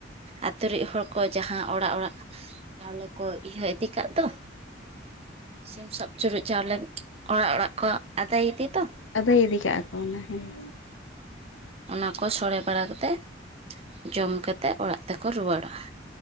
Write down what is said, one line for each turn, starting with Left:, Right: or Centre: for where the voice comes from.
Right: ᱟᱛᱳ <inaudible> ᱦᱚᱲ ᱠᱚ ᱡᱟᱦᱟᱸ ᱚᱲᱟᱜ ᱚᱲᱟᱜ ᱛᱟᱦᱞᱮ ᱠᱚ ᱤᱭᱟᱹ ᱤᱫᱤ ᱠᱟᱜ ᱫᱚ ᱥᱤᱢ ᱥᱟᱵ ᱪᱩᱨᱩᱡ ᱪᱟᱣᱞᱮ ᱚᱲᱟᱜ ᱚᱲᱟᱜ ᱠᱚ ᱟᱫᱟᱭ ᱤᱫᱤ ᱫᱚ
Left: ᱟᱹᱫᱟᱹᱭ ᱤᱫᱤ ᱠᱟᱜ-ᱟ ᱠᱚ ᱚᱱᱟ ᱦᱮᱸ᱾
Right: ᱚᱱᱟ ᱠᱚ ᱥᱳᱲᱮ ᱵᱟᱲᱟ ᱠᱟᱛᱮᱫ ᱡᱚᱢ ᱠᱟᱛᱮᱫ ᱚᱲᱟᱜ ᱛᱮᱠᱚ ᱨᱩᱣᱟᱹᱲᱟ᱾